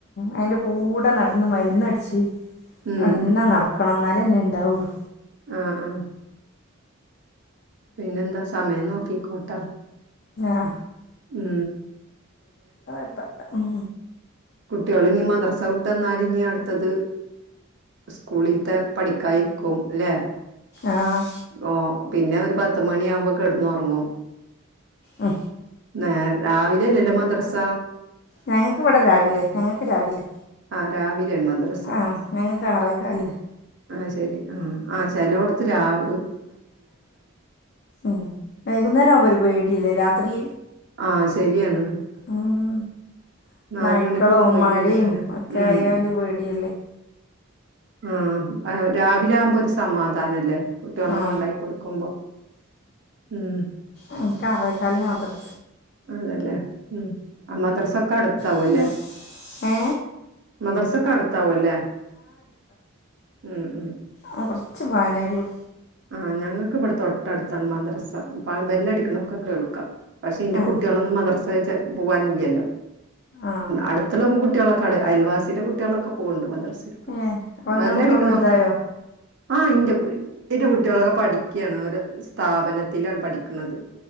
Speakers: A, on the left; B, on the right.
A: അതിന്റെ കൂടെ നടന്ന് മരുന്ന്ടിച്ച്
B: ഉം
A: എന്നെ നടക്കണം എന്നാലേന്നെ ഉണ്ടാവുള്ളു
B: അ അ പിന്നെന്താ സമയം നോക്കിക്കോട്ടാ
A: ആ
B: ഉഏ
A: അതപ്പല്ല ഉം
B: കുട്ടികള് നീ മദ്രസ വിട്ട്ന്നാലും ഇീ അടുത്തത് സ്കൂളീത്തെ പഠിക്കായി ആരിക്കും ലേ
A: ആഹ
B: ഓ പിന്നെ ഒരു പത്ത മണി ആകുമ്പോ കെടന്ന് ഉറങ്ങും
A: അ
B: നേ രാവിലെ ലല മത്രസ
A: ഞങ്ങക്ക് ഇവിടെ രാവിലെ ഞങ്ങൾക്ക് രാവിലെ
B: ആ രാവിലെയാണ് മദ്രസ
A: ആഹ് ഞങ്ങ കാറക്ക അല്ലെ
B: ആഹ ശരി ആ ആ് ചില കൊടുത്ത് രാവ
A: ഉം വൈകുന്നേരം ആ ഒരു പേടല്ലേ രാത്രി
B: ആഹ ശരിയാണ്
A: ഉം.
B: നാല്
A: നായ്ക്കളോ
B: മണിക്ക് പോയി
A: മഴയും
B: കഴിഞ്ഞാല്
A: ഒക്കെ
B: ഉം
A: ആയാല് പേടിയല്ലേ
B: ആഹ ആ രാവിലെ ആവുമ്പോ ഒരു സമാധാനംല്ലേ കുട്ടികള
A: ആ
B: കൊണ്ടായി കൊടുക്കുമ്പോ ഉം
A: ഇനിക്ക് അറേക്കാലിന ത്രർ
B: അതല്ലേ ഉം ആ മദ്രസൊക്കെ അടുത്താവു
A: പിന്നെ
B: അല്ലേ
A: ഏ
B: മദർസക്കടുത്താവ അല്ലേ ഉം ഉം
A: ആ കൊറച്ച്ു പോനേള്ളു
B: ആഹ് ഞങ്ങൾക്ക് ഇവിടെ തൊട്ടടുത്താണ് മദ്രസ ബെല്ലടിക്കണൊക്കെ കേൾക്കാം പക്ഷെ എന്റെ
A: ആഹ്
B: കുട്ട കുട്ടികളൊും മദർസഹച്ച പോകാനില്ലല്ലോ
A: ആഹ്
B: അടുത്തുള്ള കുട്ടികളൊക്കെ അയൽവാസിയുടെ കുട്ടികളൊക്കെ പോകണ്ട്ന്ത്ര
A: ഏഹ് അപ്പൊ ഇങ്ങളെ
B: വല്ലടിക്ക്
A: കുട്ടികളൊക്കെ വലുതായോ
B: നോക്കാ ആഹ ഇന്റെ കോഴ ഇന്റെ കുട്ടികളൊക്കെ പഠിക്കുകയാണ് ഒരു സ്ഥാപനത്തിലാണ് പഠിക്കുന്നത്